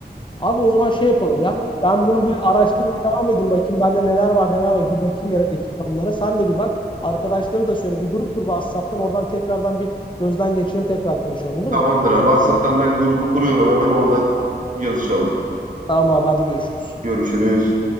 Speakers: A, on the left; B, on the right.
A: Abi o zaman şey yapalım ya. Ben bunu bir araştırmaya devam edeyim. Bakayım bende neler var neler var. Bir bakayım ya ekipmanlara. Sen de bir bak. Arkadaşları da söyle. Bir grup kur WhatsApp'tan. Oradan tekrardan bir gözden geçirelim. Tekrar konuşalım olur
B: Tamamdır
A: mu?
B: abi. WhatsApp'tan ben grubu kuruyorum. Hemen oradan yazışalım.
A: Tamam abi hadi görüşürüz.
B: Görüşürüz.